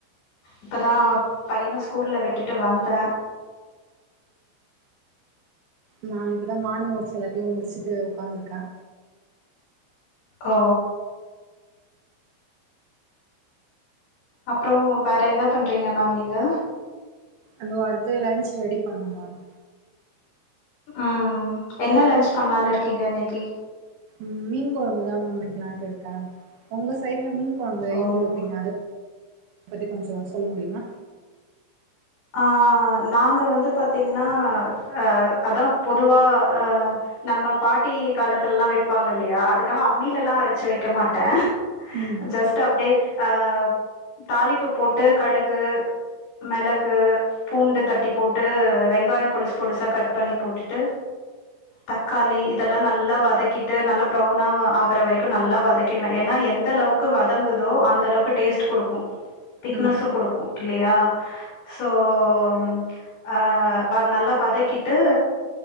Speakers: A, on the left; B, on the right.
A: இப்பதாப் பையன ஸ்கூல்ல விட்டுட்டு வந்தே
B: நா இப்பதா மானிங் ஓர்க்ஸ் எல்லாத்தியும் முடிசிட்டு ஒக்காந்துருக்கே
A: ஓ அப்றோ வேற என்ன பண்றீங்க மேம் நீங்க
B: அந்தோ அடுத்து லன்ச் ரெடி பண்ணு மேம்
A: ம் ம் என்ன லன்ச் பண்லான் இருக்கீங்க இன்னைக்கி
B: ம் மீன் கொழம்புதா மேம் வெக்லான்ட்டுருக்கே ஒங்க சைடுல மீன் கொழம்பு
A: ஓ
B: எப்புடி வெப்பீங்க அதப் பத்தி கொஞ்சோ சொல்ல முடியுமா
A: ஆ நாங்க வந்து பாத்தீங்கினா அ அதாம் பொதுவா அ நம்ம பாட்டி காலத்துல்லா வெப்பாங்க இல்லையா அதுக்காக அம்மிலெல்லா அரச்சி வெக்க மாட்டே
B: ம்
A: ஜஸ்ட்டு அப்டே அப் தாளிப்பு போட்டு கடுகு மெளக் கு பூண்டு தட்டிப் போட்டு வெங்காயம் பொடுசு பொடுசா கட் பண்ணிப் போட்டுட்டு தக்காளி இதெல்லா நல்லா வதக்கிட்டு நல்லா ப்ரௌனாவா ஆகற வரைக்கு நல்லா வதக்கிடுவே எனா எந்தளவுக் கு வதங்குதோ அந்த அளவுக்கு டேஸ்ட்டு குடுக்கு திக்னஸுங்
B: ம்
A: குடுக்கு இல்லியா சோம் அ வ நல்லா வதக்கிட்டு